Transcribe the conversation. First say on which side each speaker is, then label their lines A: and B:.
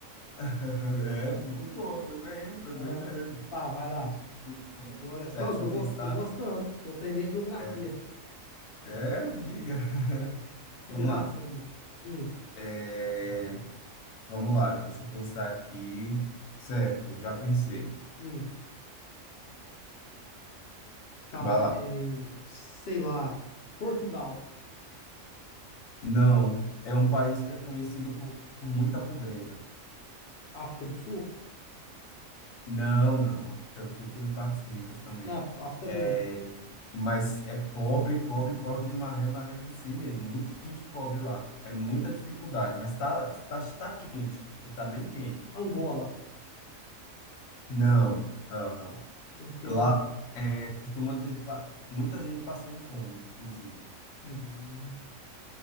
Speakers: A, on the left (about 75°); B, on the left (about 60°).
A: <laughs> É,
B: Tá,
A: dificultou, foi bem, foi
B: Aham.
A: bem mesmo.
B: Tá, vai lá.
A: Muito, muito bom.
B: Agora,
A: Certo,
B: calma,
A: deixa
B: eu tô,
A: eu pensar.
B: go- tô gostando. Tô aprendendo geografia.
A: É, é, diga. <laughs>
B: De
A: Vamos
B: graça
A: lá.
B: ainda. Hum,
A: É, vamos lá, deixa eu pensar aqui. Certo, já pensei.
B: hum. Tá,
A: Vai lá.
B: é, sei lá, Portugal,
A: Não, é um país que é conhecido por muita pobreza.
B: África do Sul?
A: Não, não, a África do Sul tem partes ricas também.
B: Na África
A: É,
B: do
A: mas é pobre, pobre, pobre de maré, maré de si mesmo. Muito, muito pobre lá. É muita dificuldade, mas tá, tá, tá quente. Você tá bem quente.
B: Angola.
A: Não, não, não.
B: Porque
A: Lá
B: Ang-
A: é, costuma ter pa- muita gente passando fome, inclusive.
B: Uhum.